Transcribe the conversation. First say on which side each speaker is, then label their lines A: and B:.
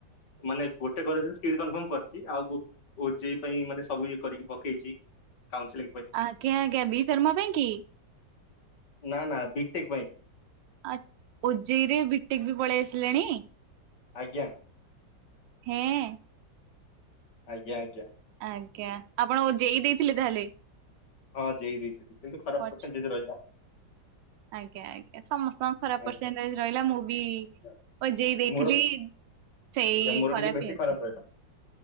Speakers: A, on the left; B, on the right.
A: ମାନେ ଗୋଟେ କଲେଜ ସିଟ କଫର୍ମ କରିଛି ଆଉ ଓ ଯ ପାଇଁ ମାନେ ସବୁ ଇଏ କରିକି ପକେଇଛି କାଉସ
B: ଆଜ୍ଞା ଆଜ୍ଞା ବି ଫର୍ମା ପାଇଁ କି?
A: ନା ନା ବିକଟେକ ପାଇଁ।
B: ଆ ଉଜେଇ ରେ ବିଟେକ ବି ପଳେଇ ଆସିଲେଣି?
A: ଆଜ୍ଞା।
B: ହଁ।
A: ଆଜ୍ଞା ଆଜ୍ଞା।
B: ଆଜ୍ଞା ଆପଣ ଯେଇ ଦେଇଥିଲେ ତାହେଲେ?
A: ହଁ ଜେଇ କିନ୍ତୁ ଖରାପ
B: ଅଛି
A: ପର୍ସେଣ୍ଟ ଜ୍ ରହିଲା।
B: ଆଜ୍ଞା ଆଜ୍ଞା ସମସ୍ତଙ୍କ ଖରାପ
A: ଆଜ୍ଞା
B: ପରସେଣ୍ଟେଜ ରହିଲା ମୁଁ ବି
A: ଆଜ୍ଞା।
B: ବଜେଇ ଦେଇଥିଲି।
A: ମୋର
B: ସେଇ
A: ଆଜ୍ଞା ମୋର
B: ଖରାପ
A: ଟିକେ ବେଶୀ
B: ଅଛି।
A: ରହିଲା।